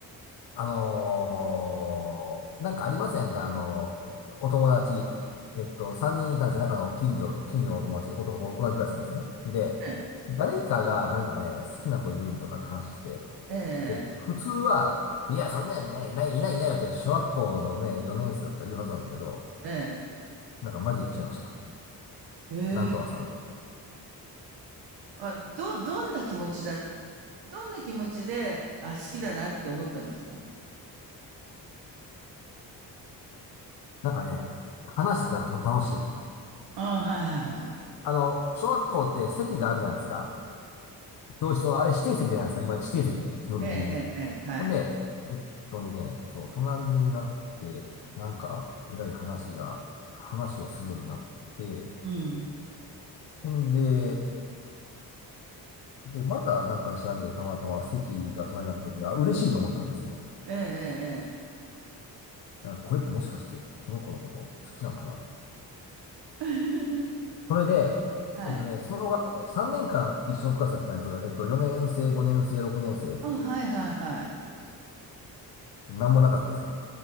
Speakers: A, on the left; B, on the right.
A: あのーなんかありませんかあのーお友達。えっと、3人いたんですよ。中の近所、近所のお友達、男、同じクラスにですね。で、
B: え
A: 誰かがなんかね、好きな子いるんとかって話して、
B: え、
A: で、普通は、いや、そんなんね、ない、いないいないよって、小学校のね、4年生だったら言うはずなんですけど、
B: ええ、ええ。
A: なんかマジで言っちゃいました。
B: ええ
A: なんとかさんとか。
B: あ、ど、どんな気持ちだ、どんな気持ちで、あ、好きだなって思ったんですか
A: なんかね、話してたら楽しい。
B: ああ、はいはいはいはい。
A: あの、小学校って席があるじゃないですか。教室の、あれ指定席じゃないですか。今、指定席、基本的に。
B: ええええええ、はい。
A: ほんで、えっとね、そう、隣になって、なんか、えらい話が、話をするようになって、
B: うん。
A: ほんで、で、またなんか知らんけど、たまたま席が隣になった時に、あ、嬉しいと思ったんですね。
B: ええええええ。
A: だからこれってもしかして、この子のこと好きなんかな。
B: <laughs>
A: それで、
B: はい。
A: えっとね、その後ね、3年間一緒のクラスだったんです。えっと、4年生、5年生、6年生って、
B: あ、はいはいはい。
A: なんもなかったですけど。